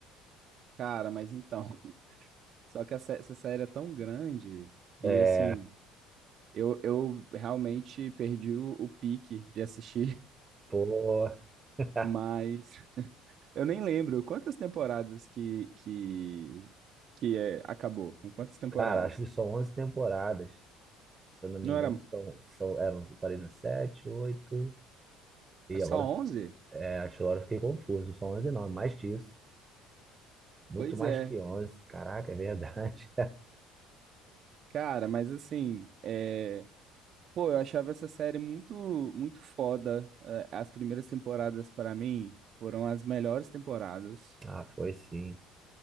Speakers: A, on the right; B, on the right.
A: Cara, mas então. <laughs> Só que essa, essa série é tão grande que,
B: É,
A: assim, eu, eu realmente perdi o, o pique de assistir,
B: pô.
A: <laughs>
B: <laughs>
A: mas eu nem lembro quantas temporadas que, que, que é, acabou, com quantas temporadas?
B: Cara, acho que são 11 temporadas. Se eu não me
A: Não
B: engano,
A: era
B: são, são, eram, parei no 7, oito E
A: é só
B: agora,
A: 11?
B: é, acho que agora eu fiquei confuso. São 11 não, é mais disso. Muito
A: Pois
B: mais
A: é.
B: que 11. Caraca, é verdade.
A: Cara, mas assim, é... pô, eu achava essa série muito, muito foda. É, As primeiras temporadas, para mim, foram as melhores temporadas.
B: Ah, foi sim.